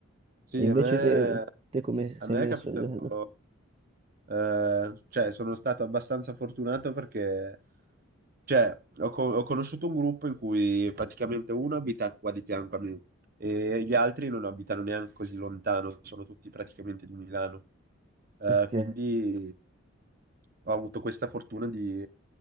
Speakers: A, on the right; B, on the right.
A: Sì,
B: E invece
A: a me,
B: te, te come sei
A: a me
B: messo
A: è capitato,
B: a livello?
A: eh, cioè sono stato abbastanza fortunato perché Cioè, ho, co- ho conosciuto un gruppo in cui praticamente uno abita qua di fianco a me e gli altri non abitano neanche così lontano, sono tutti praticamente di Milano. Eh,
B: Ok.
A: quindi ho avuto questa fortuna di